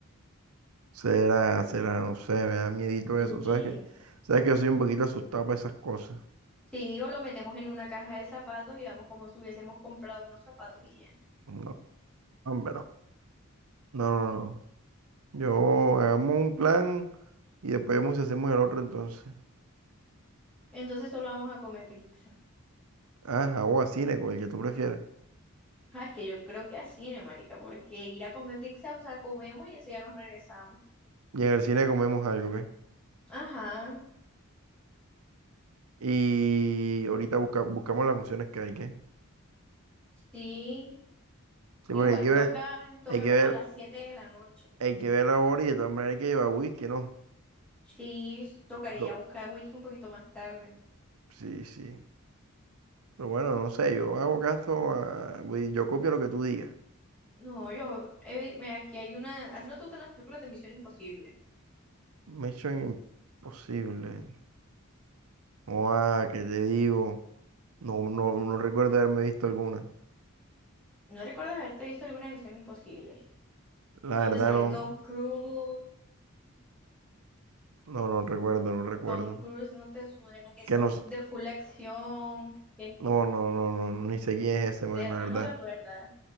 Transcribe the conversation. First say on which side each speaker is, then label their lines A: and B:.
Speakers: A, on the right; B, in the centre.
A: Será, será, no sé, me da miedito
B: Sí.
A: eso, ¿sabes qué? ¿Sabes que yo soy un poquito asustado para esas cosas?
B: Sí, o lo metemos en una caja de zapatos y vamos como si hubiésemos comprado unos zapatos y ya.
A: No, hombre, no. No, no, no. Yo hagamos un plan y después vemos si hacemos el otro entonces.
B: Entonces solo vamos a comer pizza.
A: Ajá, o a cine, cual que tú prefieras.
B: Ah, es que yo creo que así, ¿no, marica? Porque ir a comer pizza, o sea, comemos y enseguida nos regresamos.
A: Y en el cine comemos algo, ¿qué?
B: Ajá,
A: Y ahorita busca- buscamos las funciones que hay que.
B: sí.
A: Sí,
B: Igual,
A: porque hay que
B: toca,
A: ver,
B: toca
A: hay que
B: como
A: ver,
B: a las 7 de la noche.
A: hay que ver la hora y de todas maneras hay que llevar whisky, ¿no?
B: Sí, tocaría
A: Co-
B: buscar whisky un poquito más tarde.
A: Sí, sí. Pero bueno, no sé, yo hago caso a, voy- yo copio lo que tú digas.
B: No, yo, eh, mira, aquí hay una... ¿A ti no te gustan las películas de Misión Imposible?
A: Mission Imposible. O ah, ¿qué te digo? No, no, no recuerdo haberme visto alguna.
B: ¿No recuerdas haberte visto alguna Misión Imposible?
A: La
B: Donde
A: verdad
B: salen
A: no,
B: Tom Cruise.
A: no, no recuerdo, no recuerdo.
B: Tom Cruise no te suena, que
A: Que
B: son
A: no, s-
B: de full acción. ¿qué?
A: no, no, no, no, ni sé quién es ese
B: De
A: man,
B: verdad
A: la verdad.
B: no te acuerdas.